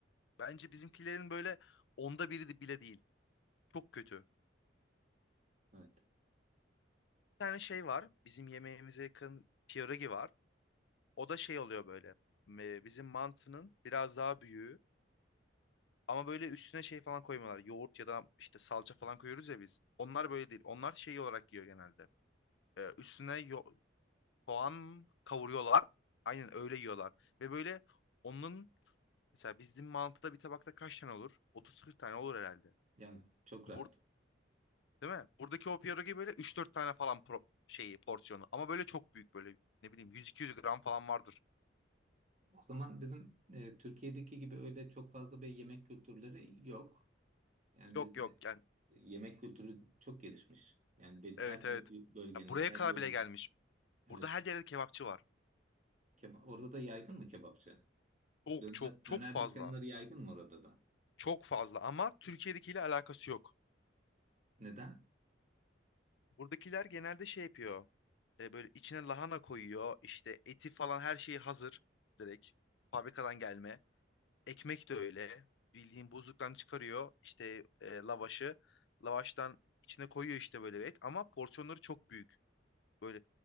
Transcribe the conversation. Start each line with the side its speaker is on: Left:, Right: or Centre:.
Left: bence bizimkilerin böyle onda biri de- bile değil. Çok kötü.
Right: Evet.
Left: tane şey var. Bizim yemeğimize yakın pierogi var. O da şey oluyor böyle. e, Bizim mantının biraz daha büyüğü. Ama böyle üstüne şey falan koymuyorlar. Yoğurt ya da işte salça falan koyuyoruz ya biz. Onlar böyle değil. Onlar şey olarak yiyor genelde. E, üstüne yo soğan kavuruyorlar. Aynen öyle yiyorlar. Ve böyle onun mesela bizim mantıda bir tabakta kaç tane olur? 30-40 tane olur herhalde.
Right: Yani çok
Left: Bur
Right: rahat.
Left: değil mi? Buradaki o pierogi böyle üç dört tane falan pro şeyi porsiyonu. Ama böyle çok büyük böyle ne bileyim 100-200 gram falan vardır.
Right: O zaman bizim e, Türkiye'deki gibi öyle çok fazla bir yemek kültürleri yok. Yani
Left: Yok
Right: bizde
Left: yok yani
Right: yemek kültürü çok gelişmiş. Yani bel-
Left: evet
Right: her bö-
Left: evet.
Right: bölgenin,
Left: Ya buraya
Right: her
Left: kadar
Right: yörenin.
Left: bile gelmiş.
Right: Evet.
Left: Burada her yerde kebapçı var.
Right: Keba- orada da yaygın mı kebapçı?
Left: Çok
Right: Döner,
Left: çok çok
Right: döner
Left: fazla.
Right: dükkanları yaygın mı orada da?
Left: Çok fazla ama Türkiye'dekiyle alakası yok.
Right: Neden?
Left: Buradakiler genelde şey yapıyor. E, böyle içine lahana koyuyor. İşte eti falan her şeyi hazır. Direkt fabrikadan gelme. Ekmek de öyle. Bildiğin buzluktan çıkarıyor. İşte e, lavaşı. Lavaştan içine koyuyor işte böyle bir et. Ama porsiyonları çok büyük. Böyle